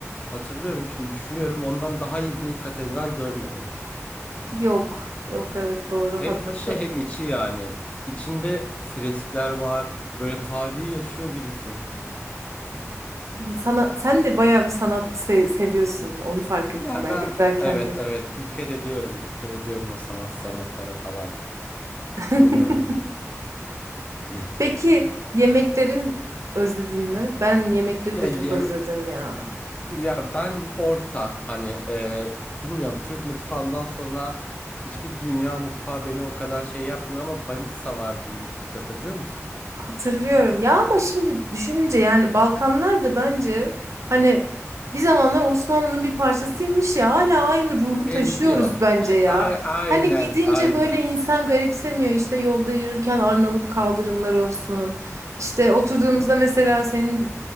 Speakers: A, on the left; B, on the right.
A: hatırlıyorum şimdi düşünüyorum ondan daha iyi bir katedral görmedim.
B: Yok. Yok evet doğru
A: Hem
B: haklısın.
A: dışı hem içi yani. İçinde freskler var. Böyle tarihi yaşıyor gibisin.
B: Sana sen de bayağı bir sanat se- seviyorsun. Onu fark ettim
A: Ya
B: ben
A: ben
B: gezerken
A: evet
B: de.
A: evet dikkat ediyorum. Dikkat ediyorum o sanat sanatlara falan.
B: <laughs>
A: Bilmiyorum ya. Hı.
B: Peki yemeklerin özledin mi? Ben yemekleri
A: Ya
B: de
A: yem-
B: çok özledim ya.
A: Ya ben orta hani e, bilmiyorum Türk mutfağından sonra hiçbir dünya mutfağı beni o kadar şey yapmıyor ama banitsa vardı yemiştik hatırlıyor musun?
B: Hatırlıyorum ya ama şimdi düşününce yani Balkanlar da bence hani bir zamanlar Osmanlı'nın bir parçasıymış ya hala aynı ruhu
A: Benziyor.
B: taşıyoruz bence
A: He,
B: ya.
A: a- aynen
B: Hani gidince
A: aynen.
B: böyle insan garipsemiyor işte yolda yürürken Arnavut kaldırımlar olsun. İşte oturduğumuzda
A: Hı hı.
B: mesela senin